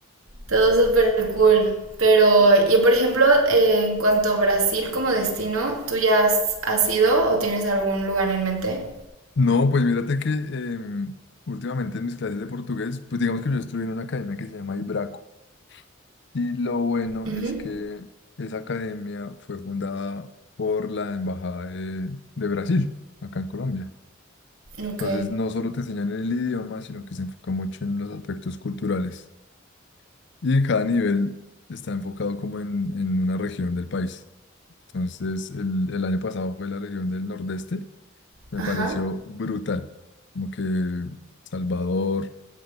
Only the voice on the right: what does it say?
todo súper cool. Pero, y por ejemplo, eh, en cuanto a Brasil como destino, ¿tú ya has, has ido o tienes algún lugar en mente?
Ujú.
Ok.
Ajá.